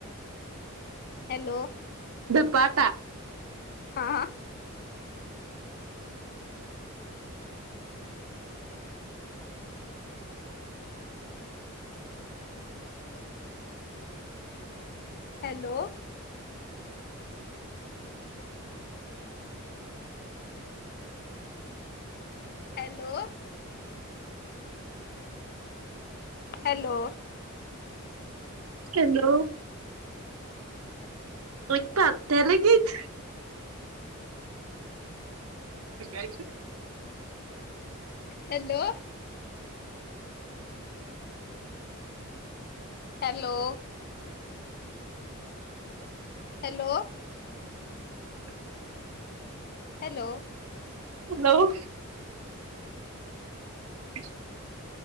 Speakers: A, on the left; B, on the right.
A: हॅलो.
B: पाटा.
A: हा हा. हॅलो. हॅलो. हॅलो.
B: हॅलो. मप तेलागच कायच.
A: Hello. Hello. Hello.
B: <inaudible>
A: Hello
B: hello. <inaudible>